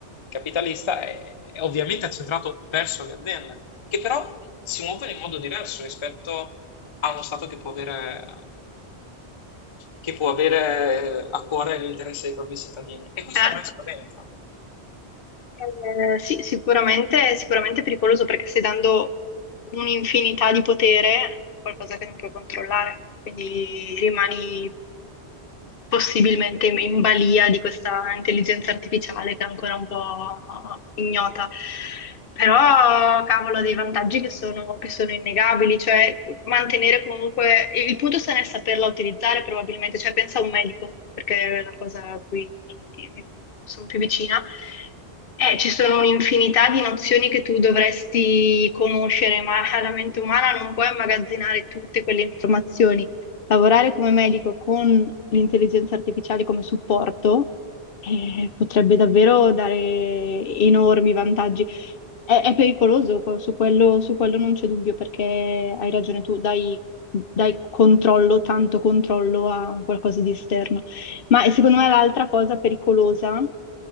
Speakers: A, on the left; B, on the left.
A: capitalista, è, è ovviamente accentrato verso le aziende, che però si muovono in modo diverso rispetto a uno Stato che può avere, che può avere a cuore l'interesse dei propri cittadini. E questo
B: Certo.
A: a me spaventa.
B: Eh, sì, sicuramente, sicuramente è pericoloso perché stai dando un'infinità di potere a qualcosa che non puoi controllare, quindi rimani possibilmente in in balia di questa intelligenza artificiale che è ancora un po' ignota. Però, cavolo, ha dei vantaggi che sono, che sono innegabili, cioè mantenere comunque... Il punto sta nel saperla utilizzare probabilmente, cioè pensa a un medico, perché è la cosa a cui mi, mi sono più vicina. Eh, ci sono un'infinità di nozioni che tu dovresti conoscere, ma la mente umana non può immagazzinare tutte quelle informazioni lavorare come medico con l'intelligenza artificiale come supporto eh, potrebbe davvero dare enormi vantaggi. È, è pericoloso, que- su quello, su quello non c'è dubbio, perché hai ragione tu, dai, dai controllo, tanto controllo a un qualcosa di esterno. Ma e secondo me l'altra cosa pericolosa